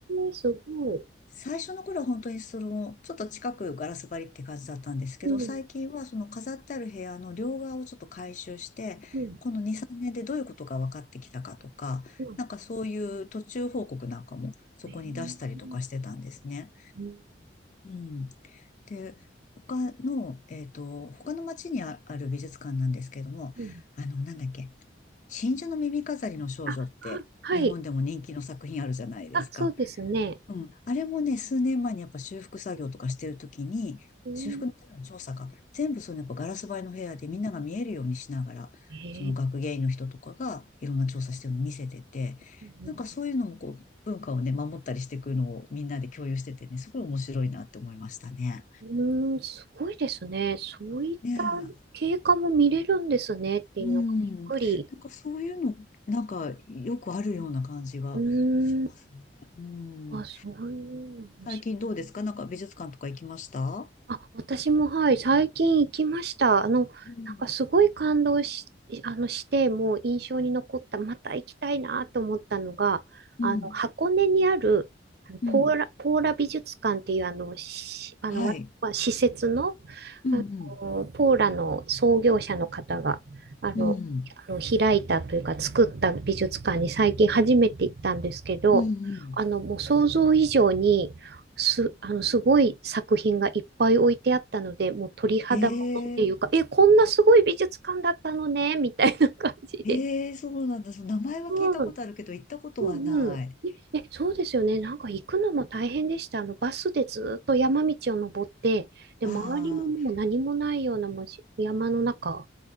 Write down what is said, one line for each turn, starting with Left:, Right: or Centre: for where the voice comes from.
Right: ー、すごい。
Left: 最初の頃は本当にその、ちょっと近くガラス張りって感じだったんですけど、
Right: うん、
Left: 最近はその飾ってある部屋の両側をちょっと改修して、
Right: うん、
Left: この2、3年でどういうことが分かってきたかとか、
Right: うん。
Left: なんかそういう途中報告なんかもそこに出したりとかしてたんですね。
Right: えーうん、
Left: うん。で、他の、えっと、他の町にあ、ある美術館なんですけども、
Right: うん
Left: あの、なんだっけ、真珠の耳飾りの少女って日本でも人気の作品あるじゃないですか。
Right: あ、は、はい。あ、そうですね。
Left: うん。あれもね、数年前にやっぱ修復作業とかしてるときに、
Right: うん、
Left: 修復のための調査か、全部そのやっぱガラス張りの部屋でみんなが見えるようにしながら、
Right: ええー。
Left: その学芸員の人とかがいろんな調査してるのを見せてて、
Right: うん
Left: なんかそういうのもこう、文化をね、守ったりしていくのをみんなで共有しててね、すごい面白いなって思いましたね。
Right: うーん、すごいですね。そういった
Left: ねえ。
Right: 経過も見れるんですねっていうのがびっくり。
Left: うん。なんかそういうの、なんかよくあるような感じがしますね。
Right: うーん、
Left: う
Right: あ、
Left: ん。
Right: そういうのもしい。
Left: 最近どうですかなんか美術館とか行きました
Right: あ、私もはい、最近行きました。あの、
Left: うん
Right: なんかすごい感動し、あの、して、もう印象に残った、また行きたいなと思ったのが、
Left: うん、
Right: あの、箱根にある、あのポーラ、
Left: うん、
Right: ポーラ美術館っていう、あの、しあの、
Left: はい。
Right: わわ施設の、
Left: うん、
Right: あの、
Left: うん、
Right: ポーラの創業者の方が、あの、
Left: うん、
Right: あの開いたというか、作った美術館に最近初めて行ったんですけど、
Left: うん、うん。
Right: あの、もう想像以上に、す、あの、すごい作品がいっぱい置いてあったので、もう鳥肌ものっていうか、
Left: へえ、
Right: え、こんなすごい美術館だったのね、みたいな感じで。
Left: へえ、そうなんだ。その名前は聞いたことあるけど、
Right: うん、
Left: 行ったことはない。
Right: うん、うん。え、えそうですよね。なんか行くのも大変でした。あの、バスでずっと山道を登って、で、
Left: ああ、
Right: 周りももう何もないようなもうし山の中